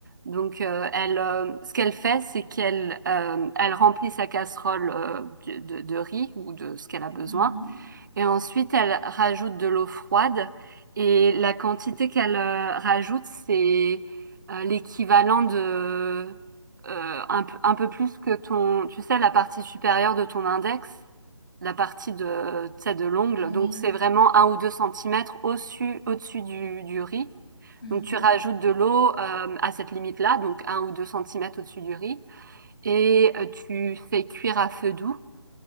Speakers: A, on the right (about 40°); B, on the left (about 50°).
A: Donc, euh, elle, euh, ce qu'elle fait, c'est qu'elle, euh, elle remplit sa casserole euh, de, de de riz ou de ce qu'elle a besoin.
B: Mhm.
A: Et ensuite, elle rajoute de l'eau froide et la quantité qu'elle euh, rajoute, c'est euh, l'équivalent de euh, un, peu un peu plus que ton, tu sais, la partie supérieure de ton index, la partie de, tu sais, de l'ongle.
B: Ah oui.
A: Donc, c'est vraiment un ou deux centimètres au-dessus, au-dessus du, du riz.
B: Mhm.
A: Donc, tu rajoutes de l'eau euh, à cette limite-là, donc un ou deux centimètres au-dessus du riz, et euh, tu fais cuire à feu doux